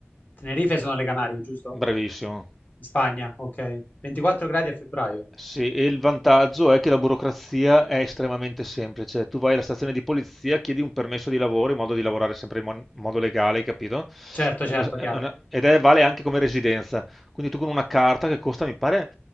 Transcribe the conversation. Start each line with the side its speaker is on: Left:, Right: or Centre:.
Left: Tenerife sono le Canarie, giusto?
Centre: Bravissimo.
Left: In Spagna, ok. 24 gradi a febbraio.
Centre: Sì, e il vantaggio è che la burocrazia è estremamente semplice. Tu vai alla stazione di polizia, chiedi un permesso di lavoro in modo di lavorare sempre in mon- in modo legale, hai capito?
Left: Certo,
Centre: È
Left: certo,
Centre: una- è
Left: chiaro.
Centre: una- ed è, vale anche come residenza. Quindi tu con una carta che costa, mi pare,